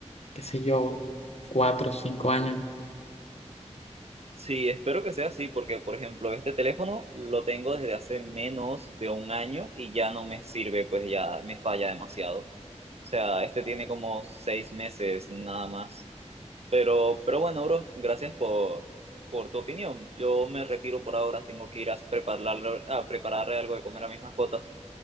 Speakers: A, on the left; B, on the right.
A: qué sé yo, cuatro o cinco años.
B: Sí, espero que sea así porque, por ejemplo, este teléfono lo tengo desde hace menos de un año y ya no me sirve, pues ya me falla demasiado. O sea, este tiene como seis meses nada más. Pero, pero bueno, bro, gracias por, por tu opinión. Yo me retiro por ahora, tengo que ir a preparar, a prepararle algo de comer a mis mascotas.